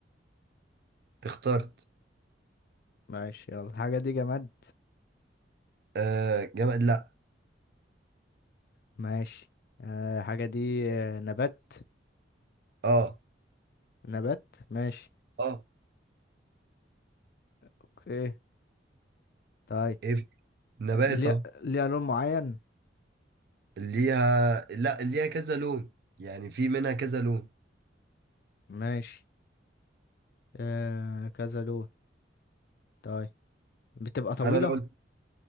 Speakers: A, on the right (about 55°); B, on the left (about 55°).
A: اخترت
B: ماشي يلا الحاجة دي جماد
A: آه جماد لا
B: ماشي آه الحاجة دي آه، نبات
A: اه
B: نبات ماشي
A: اه
B: اوكي طيب
A: ايه في- نبات
B: ليها
A: اه
B: ليها لون معين
A: ليها لا ليها كذا لون يعني في منها كذا لون
B: ماشي آه كذا لون طيب بتبقى طويلة
A: انا لو قلت